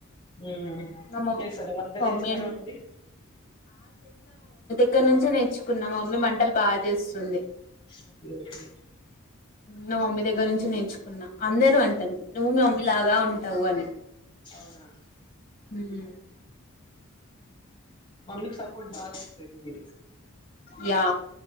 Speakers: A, on the left (about 25°); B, on the left (about 40°).
A: హుమ్
B: మా మమ్
A: చేస్తరా వంట
B: మమ్మీ
A: చేస్తారా
B: అం
A: మరి
B: ఇక్కడ నుంచే నేర్చుకున్నా మా మమ్మీ వంటలు బా చేస్తుంది
A: ఓకే ఓకే
B: నా మమ్మీ దగ్గర నుంచి నేర్చుకున్నా అందరూ అంటరు నువ్వు మీ మమ్మీ ల లాగా ఉంటావు అని
A: అవునా
B: హుమ్
A: మమ్మీకి సపోర్ట్ బాగ్ ఎగ్ మిరి
B: యా